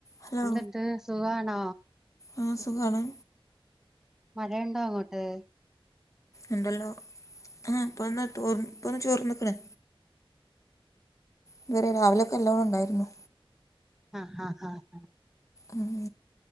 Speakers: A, on the left; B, in the centre.
A: ഹലോ
B: എന്നിട്ട് സുഖണോ?
A: ആ, സുഖമണ്.
B: മഴയുണ്ടോ അങ്ങോട്ട്?
A: ഉണ്ടല്ലോ, ആ ഇപ്പ വന്ന് തോർ ഇപ്പ ഒന്ന് ചോർ ന്ന്ക്ണ്‌. ഇന്നലെ രാവിലൊക്കെ നല്ലോണം ഉണ്ടായിരുന്നു.
B: ആ, ഹ, ആ, ഹ, ആ.
A: ഉം